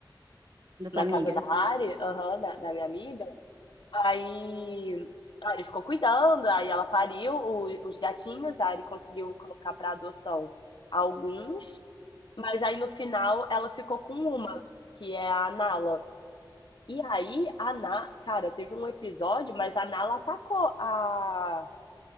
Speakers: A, on the right; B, on the left.
A: Da tua
B: na
A: amiga.
B: casa da Ari, aham, da, da minha amiga, aí a Ari ficou cuidando, aí ela pariu o- os gatinhos, a Ari conseguiu colocar para adoção alguns, mas aí no final ela ficou com uma, que é a Nala. E aí, a Na... cara, teve um episódio, mas a Nala atacou a